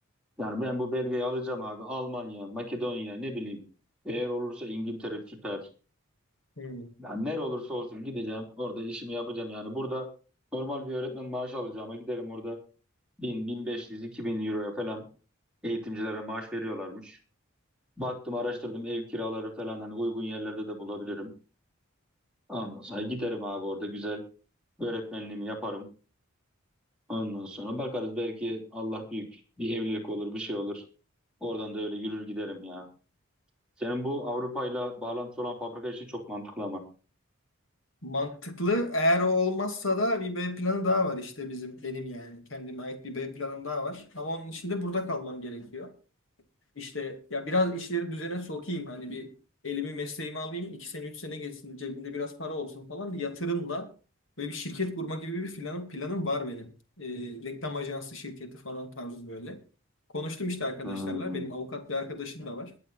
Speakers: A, in the centre; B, on the left.
A: Yani ben bu belgeyi alacağım abi. Almanya, Makedonya ne bileyim. Eğer olursa İngiltere süper.
B: Hmm.
A: Yani nere olursa olsun gideceğim. Orada işimi yapacağım yani. Burada normal bir öğretmen maaşı alacağıma giderim orada. 1000, 2000 euroya falan eğitimcilere maaş veriyorlarmış. Baktım araştırdım ev kiraları falan hani uygun yerlerde de bulabilirim. Ondan sonra giderim abi orada güzel öğretmenliğimi yaparım. Ondan sonra bakarız belki Allah büyük bir evlilik olur bir şey olur. Oradan da öyle yürür giderim ya. Senin bu Avrupa'yla bağlantısı olan fabrika işi çok mantıklı ama.
B: Mantıklı. Eğer o olmazsa da bir B planı daha var işte bizim benim yani. Kendime ait bir B planım daha var. Ama onun için de burada kalmam gerekiyor. İşte ya biraz işleri düzene sokayım hani bir elimi mesleğimi alayım iki sene üç sene geçsin cebimde biraz para olsun falan bir yatırımla böyle bir şirket kurma gibi bir planım planım var benim. Ee, reklam ajansı şirketi falan tarzı böyle. Konuştum işte arkadaşlarla
A: Hmm.
B: benim avukat bir arkadaşım da var.